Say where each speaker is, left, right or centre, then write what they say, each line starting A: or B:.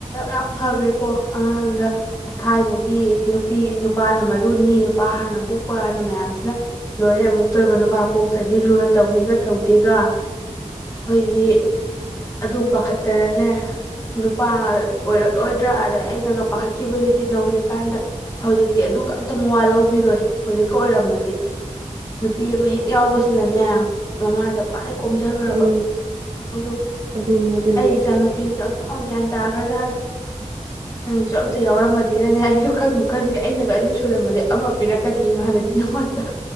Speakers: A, on the left; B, on the right.
A: ꯌꯥꯝ ꯐꯈ꯭ꯔꯦꯀꯣ ꯑꯉꯥꯡꯗ ꯊꯥꯏꯅꯗꯤ ꯅꯨꯄꯤ ꯅꯨꯄꯥꯅ ꯃꯔꯨꯅꯤ ꯅꯨꯄꯥ ꯍꯥꯟꯅ ꯄꯣꯛꯄꯅ ꯃꯌꯥꯝꯁꯤꯅ ꯂꯣꯏꯔ ꯑꯃꯨꯛ ꯑꯇꯣꯏꯕ ꯅꯨꯄꯥ ꯄꯣꯛꯇꯗꯤ ꯂꯨꯅ ꯇꯧꯤꯒ ꯇꯧꯗꯦꯒ ꯑꯩꯈꯣꯏꯗꯤ ꯑꯗꯨ ꯄꯥꯈꯠꯇꯅꯅꯦ ꯅꯨꯄꯥ ꯑꯣꯏꯔꯛꯂꯣꯏꯗ꯭ꯔꯥ ꯑꯗꯩ ꯑꯩꯅꯒ ꯄꯥꯈꯠꯈꯤꯕꯁꯤꯗꯤ ꯅꯧꯔꯤꯀꯥꯟꯗ ꯍꯧꯖꯤꯛꯇꯤ ꯑꯗꯨ ꯑꯝꯇ ꯃꯋꯥ ꯂꯧꯕꯤꯔꯣꯏ ꯍꯧꯖꯤꯛꯀ ꯑꯣꯏꯔꯝꯃꯗꯤ ꯅꯨꯄꯤ ꯑꯃ ꯍꯦꯛ ꯌꯥꯎꯕꯁꯤꯅꯅꯦ ꯃꯃꯥꯗ ꯈ꯭ꯋꯥꯏ ꯀꯣꯝꯖꯈ꯭ꯔꯕ
B: ꯎꯝ
A: ꯑꯗꯨ
B: ꯑꯗꯨꯅꯦ ꯑꯗꯨꯅꯦ
A: ꯑꯩ ꯏꯆꯥꯅꯨꯄꯤꯁꯤꯗ ꯑꯝꯇꯛ ꯒ꯭ꯌꯥꯟ ꯇꯥꯈ꯭ꯔꯖꯥꯠꯅꯤ ꯅꯪꯒꯤꯁꯨ ꯑꯝꯇ ꯌꯥꯎꯔꯃꯗꯤꯅꯅꯦ ꯑꯩꯁꯨ ꯈꯟꯕꯨ ꯈꯜꯂꯤꯅꯦ ꯑꯩꯅꯒ ꯑꯅꯤ ꯁꯨꯔꯝꯃꯗꯤ ꯑꯃ ꯄꯤꯔꯛꯀꯅꯤ ꯃꯥꯅ ꯑꯗꯨꯅꯃꯠꯇ